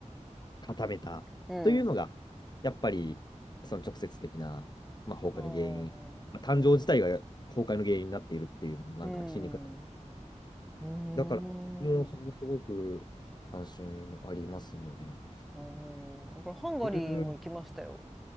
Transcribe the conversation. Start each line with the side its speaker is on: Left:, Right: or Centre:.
Left: 固めたというのがやっぱりその直接的な、
Centre: うん。
Left: まあ、崩壊の原因、
Centre: ああ。
Left: まあ、誕生自体が崩壊の原因になっているっていうなんか皮肉なもの
Centre: うん。うーん。
Left: だから僕もそこすごく関心ありますね。
Centre: あーだからハンガリーも行きましたよ。
Left: ユー